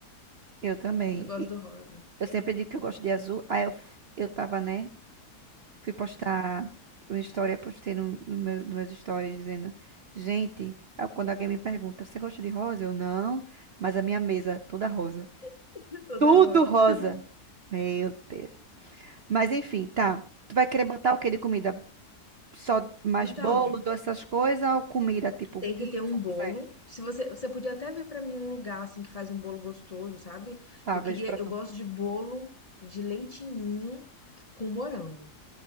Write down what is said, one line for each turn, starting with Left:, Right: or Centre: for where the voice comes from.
Right: Eu também.
Left: Eu gosto
Right: E
Left: do rosa.
Right: eu sempre digo que eu gosto de azul. Aí eu, f- eu tava, né? Fui postar uma história, postei no, no meu, nos meus stories dizendo, gente, aí quando alguém me pergunta, você gosta de rosa? Eu não, mas a minha mesa é toda rosa.
Left: <laughs> Toda
Right: Tudo
Left: rosa.
Right: rosa. Meu Deus. Mas enfim, tá. Tu vai querer botar o quê de comida? Só mais
Left: Então,
Right: bolo, doce, essas coisas ou comida tipo
Left: tem
Right: pizza,
Left: que ter um bolo.
Right: coisa?
Left: Se você, você podia até ver pra mim um lugar assim que faz um bolo gostoso, sabe?
Right: Tá,
Left: Eu
Right: vejo
Left: queria,
Right: pra tu.
Left: eu gosto de bolo de leite ninho com morango.